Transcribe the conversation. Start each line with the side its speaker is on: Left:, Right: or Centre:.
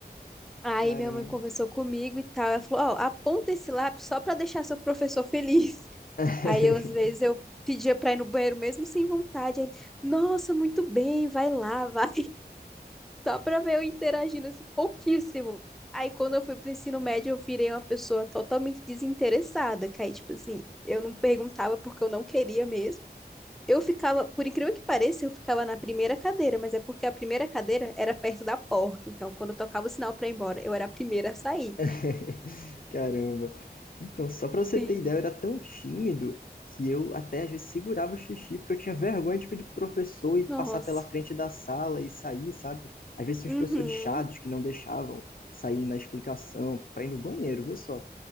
Centre: Aí
Left: Caramba.
Centre: minha mãe conversou comigo e tal. Ela falou: Ó, aponta esse lápis só para deixar seu professor feliz. <laughs>
Left: <laughs>
Centre: Aí eu, às vezes eu pedia para ir no banheiro mesmo sem vontade. Aí ele: Nossa, muito bem, vai lá, vai. Só pra ver eu interagindo assim, pouquíssimo. Aí quando eu fui pro ensino médio, eu virei uma pessoa totalmente desinteressada, que aí, tipo assim, eu não perguntava porque eu não queria mesmo. Eu ficava, por incrível que pareça, eu ficava na primeira cadeira, mas é porque a primeira cadeira era perto da porta, então quando eu tocava o sinal pra ir embora, eu era a primeira a sair.
Left: <laughs> Caramba. Então, só pra você
Centre: Sim.
Left: ter ideia, eu era tão tímido que eu até às vezes segurava o xixi, porque eu tinha vergonha tipo, de pedir pro professor e passar
Centre: Nossa.
Left: pela frente da sala e sair, sabe? Às vezes tinha
Centre: Uhum.
Left: uns professores chados que não deixavam sair na explicação pra ir no banheiro, viu só?